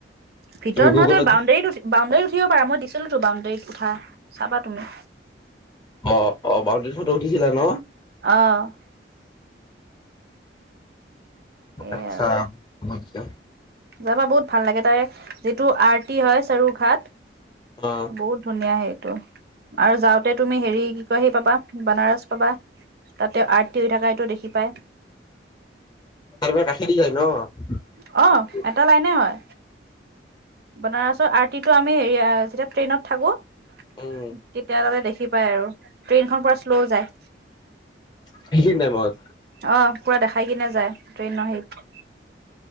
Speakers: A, on the right; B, on the left.
A: ভিতৰত
B: তুমি গুগলত
A: নহয় তই বাউণ্ডাৰীত উ বাউণ্ডাৰীত উঠিব পাৰ, মই দিছিলো বাউণ্ডাৰীটোত উঠা, চাবা তুমি।
B: অ' অ' বাউণ্ডীত ফটো উঠিছিলা ন।
A: অ' এই
B: আচ্ছা,
A: আৰু
B: মই যেতিয়া
A: যাবা বহুত ভাল লাগে, তাৰে যিটো আৰটি হয় চাৰুৰ ঘাট
B: অ
A: বহুত ধুনীয়া সেইটো আৰু, যাওঁতে তুমি হেৰি কি কয় আহি পাবা বনাৰস। পাবা তাতে আৰ্তি হৈ থকা এইটো দেখি পায়।
B: তাৰবাৰ কাষে দি যায় ন।
A: অ', এটা লাইনে হয়। বনাৰসৰ আৰটিটো আমি হেৰি যেতিয়া ট্ৰেইনত থাকো তেতিয়া
B: উম
A: তাতে দেখি পায় আৰু, ট্ৰেইনখন পুৰা শ্ল' যায়।
B: সেই খিনিতে মত
A: অ', পুৰা দেখাই কিনে যায় ট্ৰেইন হেৰিত।